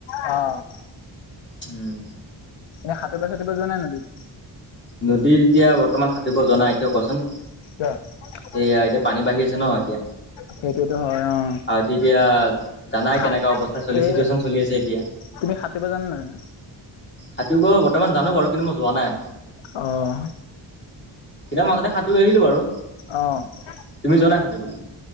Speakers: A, on the left (about 75°); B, on the left (about 25°).
A: অ
B: উম
A: এ সাতব চাটিব যোৱা নাই নদীত
B: নদীৰ এতিয়া বৰ্তমান সাঁতুিব জাই কিয় কচোন
A: ক
B: এয়া এতিয়া পানী বাঢ়ি আছে ন এতিয়া
A: সেইটোতো হয় অঁ
B: আৰু তেতিয়া জানাই
A: খা
B: কেনেককা অৱস্থা চল
A: এই
B: চিটুৱেচন চলি আছে এতিয়া
A: তুমি সাটিব জানে ন জানো
B: সাঁতিব বৰ্তমান জানো বাৰু কিন্তু মই যোৱা নাই
A: অঁ
B: এতিয়া মাকতে সাঁতুৰি আহিলো বাৰু
A: অ মই
B: তুমি যোৱা নাই সাঁতুৰিবলৈ